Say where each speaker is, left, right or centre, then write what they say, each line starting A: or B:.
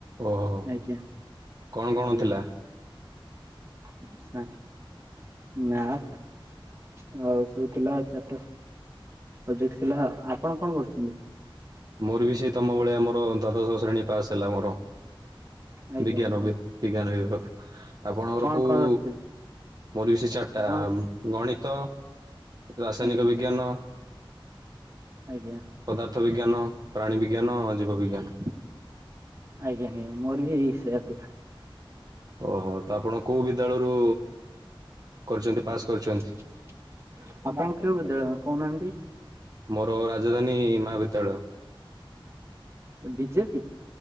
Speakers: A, on the right; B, on the right.
A: ଓହୋ
B: ଆଜ୍ଞା
A: କଣ କଣ
B: ଆଜ୍ଞା।
A: ଥିଲା?
B: <unintelligible> ମ୍ୟାଥ ଆଉ ସବୁ ଥିଲା ଚାରିଟା ପ୍ରଜେକ୍ଟ ଥିଲା ଆପଣ କଣ କରୁଛନ୍ତି?
A: ମୋର ବି ସେ ତମ ଭଳିଆ ମୋର ଦ୍ୱାଦଶହ ଶ୍ରେଣୀ ପାସ୍ ହେଲା ମୋର
B: ଆଜ୍ଞା
A: ବିଜ୍ଞା
B: ଆଜ୍ଞା
A: ନ ବେ। <unintelligible> ବିଜ୍ଞାନ ବିଭାଗ ଆପଣଙ୍କର
B: କଣ
A: କୋଉ
B: କଣ ରଖିଥିଲେ
A: ପରିବେଶି ଚାଟ ଟା।
B: ଆପଣ
A: ଗଣିତ, ରାସାୟନିକ
B: ଆଜ୍ଞା ଆଜ୍ଞା
A: ବିଜ୍ଞାନ।
B: ଆଜ୍ଞା।
A: ପଦାର୍ଥ ବିଜ୍ଞାନ, ପ୍ରାଣୀ ବିଜ୍ଞାନ, ଜୀବ ବିଜ୍ଞାନ।
B: ଆଜ୍ଞା ଆଜ୍ଞା ମୋର ବି ସେଇଆ ଥିଲା।
A: ଓହୋ ତ ଆପଣ କୋଉ ବିଦ୍ୟାଳୟରୁ କରିଛନ୍ତି ପାସ୍ କରିଛନ୍ତି?
B: <inaudible> ଆପଣ କେଉଁ ବିଦ୍ୟାଳୟ କୋଉ ନାହାନ୍ତି?
A: ମୋର ରାଜଧାନୀ ମହାବିଦ୍ୟାଳୟ।
B: ବିଜେପି।